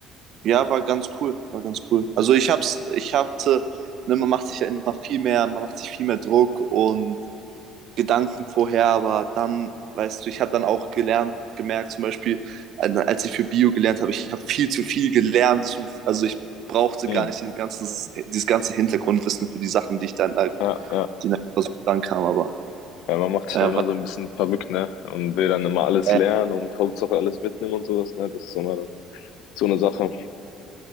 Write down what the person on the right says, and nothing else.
du? Ja, war ganz cool, war ganz cool. Also ich hab's, ich hatte, ne, man macht sich ja immer viel mehr, man macht sich viel mehr Druck und Gedanken vorher, aber dann, weißt du, ich habe dann auch gelernt, gemerkt, zum Beispiel, äh, als ich für Bio gelernt habe, ich habe viel zu viel gelernt, zu, also ich brauchte
gar nicht dieses ganze, dieses ganze Hintergrundwissen für die Sachen, die ich dann halt,
die nach dann kam, aber
äh,
was,
äh,